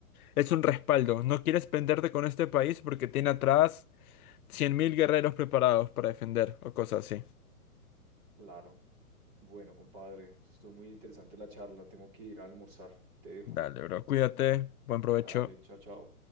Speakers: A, on the left (about 75°); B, on the right (about 30°).
A: es un respaldo. No quieres penderte con este país porque tiene atrás 100.000 guerreros preparados para defender o cosas así.
B: Claro. Bueno, compadre, estuvo muy interesante la charla. Tengo que ir a almorzar. Te dejo.
A: Dale, bro, cuídate, buen provecho.
B: Dale, chao, chao.